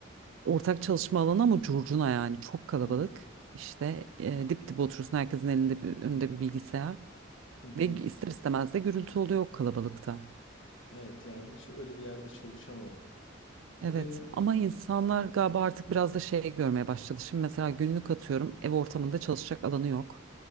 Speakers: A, on the right; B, on the left.
A: ortak çalışma alanı ama curcuna yani çok kalabalık.
B: hı hı,
A: İşte e, dip dip oturuyorsun herkesin elinde bir, önünde bir bilgisayar
B: hı hı."
A: ve
B: hı hı."
A: ister istemez de gürültü oluyor o kalabalıkta.
B: Evet yani hiç öyle bir yerde çalışamam. Ya
A: Evet
B: benim
A: ama insanlar galiba artık biraz da şey görmeye başladı. Şimdi mesela günlük atıyorum ev ortamında çalışacak alanı yok.